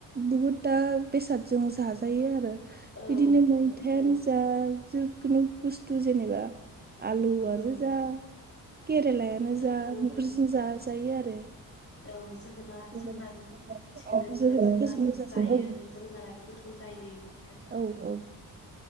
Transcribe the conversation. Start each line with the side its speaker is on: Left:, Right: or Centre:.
Right: बुहुदथा बेसादजों जाजायो आरो
Left: औ
Right: बिदिनो मैथायानो
Left: औ
Right: जा जिखुनु बुस्थु जेनेबा आलुआनो
Left: औ
Right: जा केरेलायानो
Left: जो
Right: जा
Left: उम
Right: बिजों जा जायो आरो
Left: औ जोगोनार जोगोनारथ
Right: अ
Left: मिथिगोना नोंथां
Right: जोगोनारफोरजोंबो
Left: जोगोनारजोंबो
Right: जाजायो
Left: जायो जोगोनाराबो गोथाव जायो इदिनो
Right: औ औ